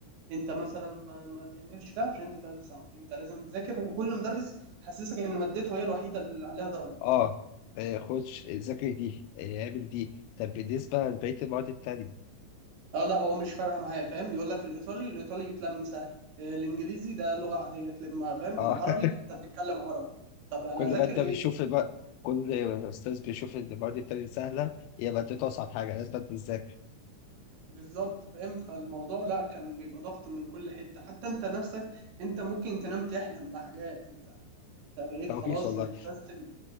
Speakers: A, on the right (about 65°); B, on the left (about 85°).
A: أنت مثلا ما, ما تعملش ده عشان أنت تالتة ثانوي أنت لازم تذاكر وكل مدرس يحسسك إن مادته هي الوحيدة اللي عليها درجات
B: اه إيه، خش ذاكر دي إيه، اعمل دي طب بالنسبة لبقية المواد التانية
A: اه لا هو مش فارقه معاه فاهم يقول لك الايطالي الايطالي يتلم سهل آه، الانجليزي ده لغه عاديه تلمها فاهم
B: اه
A: العربي
B: <laughs>
A: ده انت بتتكلم عربي طب اذاكر
B: كل ما انت
A: ايه
B: بيشوف بقى كل استاذ بيشوف ان المواد التانية سهلة يبقى انت اصعب حاجة لازم تذاكر
A: بالظبط فاهم فالموضوع لا كان بيبقى ضغط من كل حتة حتى انت نفسك انت ممكن تنام تحلم بحاجات انت انت بقيت
B: كوابيس
A: خلاص
B: والله
A: متسيستم